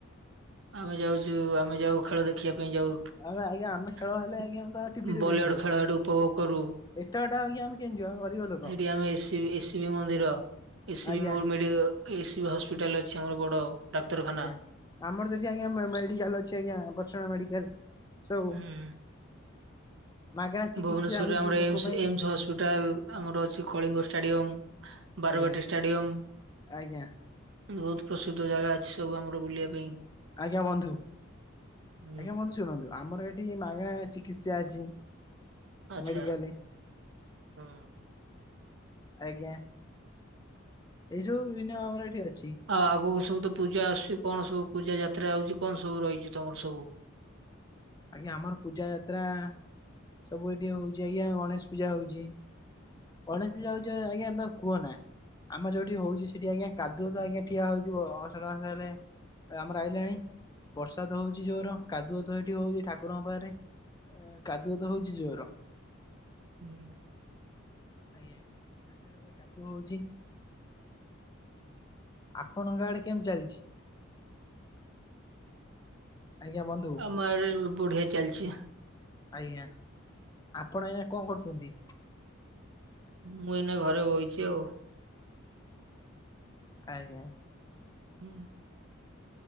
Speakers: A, on the right; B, on the left.
A: ଆମେ ଯାଉଚୁ, ଆମେ ଯାଉ ଖେଳ ଦେଖିଆ ପାଇଁ ଯାଉ।
B: ଆମେ ଆଜ୍ଞା ଆମେ ଖେଳ
A: <inaudible>
B: ହେଲେ ଆଜ୍ଞା ଆମେ ତ ଟିଭିରେ
A: ବଲିଓଡ
B: ଦେଖିଦଉ।
A: ଖେଳ ସେଡୁ ଉପଭୋଗ କରୁ।
B: ଏତେ ବାଟ ଆଜ୍ଞା ଆମେ କେମିତି ଯିବୁ ଆମେ ଗରିବ ଲୋକ
A: ସେଇଠି ଆମେ ଏସିବି ଏସିବି ମନ୍ଦିର ଏସିବି
B: ଆଜ୍ଞା
A: ମୋର ମେଡିଆ ଏସିବି ହସ୍ପିଟାଲ ଅଛି ଆମର ବଡ। ଡାକ୍ତରଖାନା
B: ଆଜ୍ଞା, ଆମର ଯଦି ଆଜ୍ଞା ମେ ମେଡିକାଲ ଅଛି ଆଜ୍ଞା ଭର୍ଷଣା ମେଡିକାଲ। ସବୁ
A: ହୁଁ।
B: ମାଗଣା ଚିକିତ୍ସା
A: ଭୁବନେଶ୍ୱରରେ
B: ହଉଛି
A: ଆମର
B: ଲୋକ
A: ଏମ୍ସ
B: ପାଇଁ
A: ଏମ୍ସ ହସ୍ପିଟାଲ, ଆମର ଅଛି କଳିଙ୍ଗ ଷ୍ଟାଡିୟମ। ବାରବାଟି
B: ଆଜ୍ଞା
A: ଷ୍ଟାଡିୟମ।
B: ଆଜ୍ଞା।
A: ବହୁତ ପ୍ରସିଦ୍ଧ ଜାଗା ଅଛି ସବୁ ଆମର ବୁଲିବା ପାଇଁ।
B: ଆଜ୍ଞା ବନ୍ଧୁ
A: ହୁଁ
B: ଆଜ୍ଞା ବନ୍ଧୁ ଶୁଣନ୍ତୁ, ଆମର ଏଠି ମାଗଣା ଚିକିତ୍ସା ଅଛି।
A: ଆଚ୍ଛା
B: ମେଡିକାଲେ
A: ହୁଁ।
B: ଆଜ୍ଞା। ଏଇ ସବୁ ବିଭିନ୍ନ ଆମର ଏଠି ଅଛି।
A: ହଁ ଆଗକୁ ସବୁ ତ ପୂଜା ଆସୁଛି କଣ ସବୁ ପୂଜା ଯାତ୍ରା ହଉଛି କଣ ସବୁ ରହିଛି ତମର ସବୁ?
B: ଆଜ୍ଞା ଆମର ପୂଜା ଯାତ୍ରା ସବୁ ଏଠି ହଉଚି ଆଜ୍ଞା ଗଣେଷ ପୂଜା ହଉଚି। ଗଣେଷ ପୂଜା ହଉଚ ଆଜ୍ଞା ତ କୁହ ନା ଆମର ଯୋଉଠି ହଉଚି ସେଠି ଆଜ୍ଞା କାଦୂଅ ତ ଆଜ୍ଞା ଠିଆ ହଉଥିବ ଅଅଷାଢ ମାସ ହେଲେ। ଏ ଆମର ଆଇଲାଣି ବର୍ଷା ତ ହଉଚି ଜୋର କାଦୁଅ ତ ଏଠି ହଉଚି ଠାକୁରଙ୍କ ପାଖରେ ଏଁ କାଦୁଅତ ହଉଚି ଜୋର।
A: ହୁଁ।
B: ଆଜ୍ଞା କିଏ ଆସିଲା ବେଳକୁ ବା କାଦୁଅ ହଉଚି। ଆପଣଙ୍କ ଆଡେ କେମ୍ ଚାଲିଚି? ଆଜ୍ଞା ବନ୍ଧୁ
A: ମୁଁ ଆରେ ବୁଢେ ଚାଲଚି
B: ଆଜ୍ଞା ଆପଣ ଏଇଣା କଁ କରୁଚନ୍ତି?
A: ମୁଁ ଏଇନା ଘରେ ବଇଚି ଆଉ।
B: ଆଜ୍ଞା।
A: ହୁଁ।